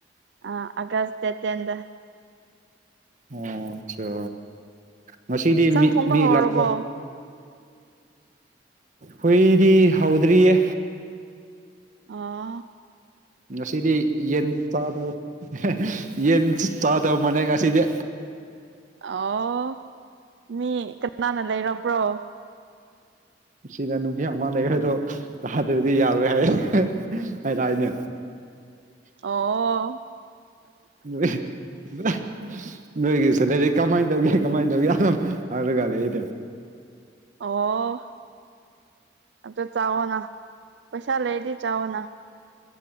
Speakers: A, on the right; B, on the right.
A: ꯑꯥ ꯑꯒ꯭ꯁ ꯗꯦꯠ ꯇꯦꯟꯗ
B: ꯑꯣ ꯑꯆꯥ ꯉꯁꯤꯗꯤ
A: ꯆꯥꯛ
B: ꯃꯤ
A: ꯊꯣꯡꯕ
B: ꯃꯤ
A: ꯍꯧꯔꯕꯣ
B: ꯂꯥꯛꯄ꯭ꯔꯣ ꯈꯣꯏꯗꯤ ꯍꯧꯗ꯭ꯔꯤꯌꯦ
A: ꯑꯥ
B: ꯉꯁꯤꯗꯤ ꯌꯦꯟ ꯆꯥꯗꯧ ꯑ ꯍꯦ ꯌꯦꯟ ꯆꯥꯗꯧꯕꯅꯦ ꯉꯁꯤꯗꯦ
A: ꯑꯣ ꯃꯤ ꯀꯅꯥꯅ ꯂꯩꯔꯛꯄ꯭ꯔꯣ
B: ꯁꯤꯗ ꯅꯨꯄꯤ ꯑꯃ ꯂꯩꯔꯦꯗꯣ ꯑꯗꯨꯗꯤ ꯌꯥꯔꯣꯏ ꯍꯥꯏꯗꯥꯏꯅꯦ
A: ꯑꯣ
B: ꯑꯍꯦꯑꯍꯦ <inaudible> ꯅꯣꯏꯒꯤ ꯁꯦꯂꯥꯔꯤ ꯀꯃꯥꯏꯅ ꯇꯧꯒꯦ ꯀꯃꯥꯏꯅ ꯇꯧꯒꯦ ꯍꯥꯢꯔꯒ ꯂꯩꯌꯦꯅꯦ
A: ꯑꯣ ꯑꯗꯣ ꯆꯥꯋꯣꯅꯥ ꯄꯩꯁꯥ ꯂꯩꯔꯗꯤ ꯆꯑꯣꯅ